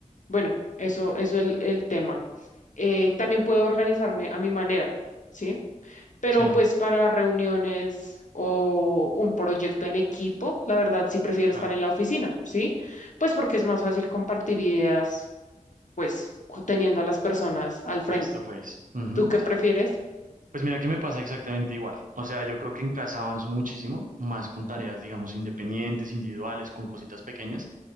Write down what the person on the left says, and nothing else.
bueno, eso, eso es el, el tema. Eh, también puedo organizarme a mi manera, ¿sí? Pero
pues para reuniones o un proyecto en equipo, la verdad sí prefiero
estar en la oficina, ¿sí? Pues porque es más fácil compartir ideas, pues cu- teniendo a las personas al frente.
¿Tú qué
prefieres?